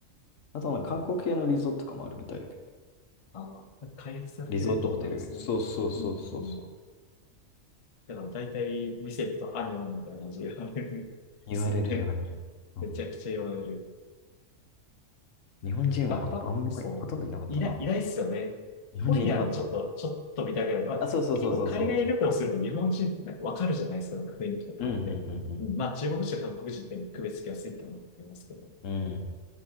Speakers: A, on the left; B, on the left.
A: あとは韓国系のリゾートとかもあるみたいだけど。
B: あの、開発されてるってことなんですね。
A: リゾートホテル。そうそうそうそうそう。
B: うんだから大体店行くとアニョンみたいな字があるんですよね。
A: 言われる言われる。うん。
B: めちゃくちゃ言われる。
A: 日本人はほ、
B: バックパック、
A: あんまり、
B: そう。
A: ほとんどいなかったな。
B: いない、いないっすよね。
A: 日本人いなかった。
B: ホイヤーのちょっと、ちょっと見たぐらいで、まあ、
A: あ、そうそうそうそうそ
B: 結構海外旅行すると日本人ってなんかわかるじゃないですか、なんか雰囲気とかあって。
A: う。うんうんうん
B: うん、まあ中国人、韓国人って区別つきやすいってのはありますけど、
A: うん。うん。